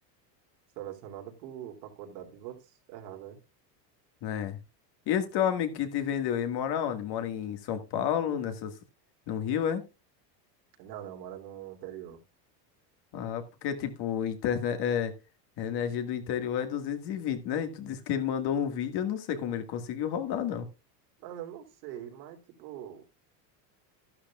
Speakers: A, on the right (about 75°); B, on the left (about 50°).
A: selecionada por, pra quantidade de votos errada,
B: né? E esse teu amigo que te vendeu, ele mora onde? Mora em São Paulo, nessas, no Rio, é?
A: né? Não, não, mora no interior.
B: Ah, porque, tipo, internet, é, a energia do interior é duzentos e vinte né? E tu disse que ele mandou um vídeo, eu não sei como ele conseguiu rodar, não.
A: Mano, eu não sei, mas tipo,